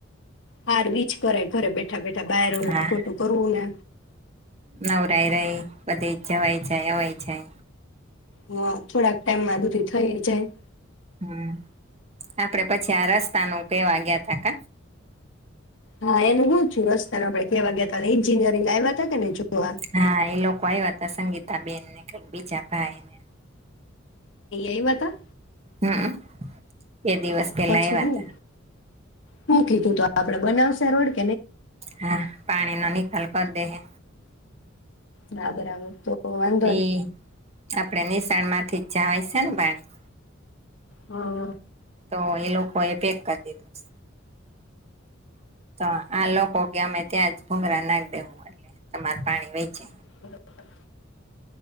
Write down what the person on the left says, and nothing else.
હાર વીચ કરે. ઘરે બેઠા બેઠા બાયરુલુ
ખોટું કરવું ને.
હ થોડાક ટાઈમમાં બધી થઈ જાય.
હા એને છું રસ્તાને આપણે કેવા ગયા ત એન્જિનિયરિંગ આવ્યા હતા કે ને જોવા એ
આવ્યા તા
પછી
હું
હું કીધું તો આપડે બનાવશે રોડી.
હા, બરાબર તો, વાંધો
નહી
હા
એ લોક તા